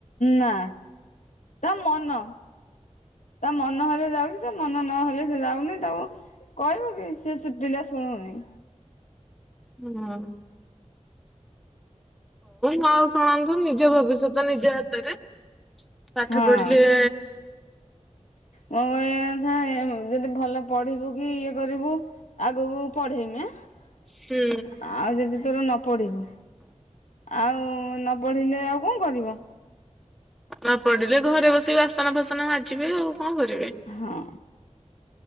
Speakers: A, on the left; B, in the centre.
A: ନା ତା ମନ। ତା ମନ ହେଲେ ଯାଉଛି ତା ମନ ନହଲେ ସେ ଯାଉନି ତାକୁ- କହିବ କି ସେ ଶ ପିଲା ଶୁଣୁନି।
B: ହୁଁ ହଉ। ହଁ ଶୁଣନ୍ତୁ ନିଜ ଭବିଷ୍ୟତ ନିଜ ହାତରେ ପାଠ
A: ହଁ
B: ପଢିଲେ-
A: ମୋ କୁହିଆ କଥା ଯଦି ଭଲ ପଢିବୁ କି ଇଏ କରିବୁ ଆଗକୁ ପଢେଇମି ଆଁ ଆଉ
B: ହୁଁ
A: ଯଦି ତୋର ନ ପଢିବୁ ଆଉ ନ ପଢ଼ିଲେ ଆଉ କଅଁ କରିବ।
B: ନ ପଡିଲେ ଘରେ ବସିକ ବାସନ ଫାସନ ମାଜିବେ ଆଉ କଅଁ କରିବେ।
A: ହଁ।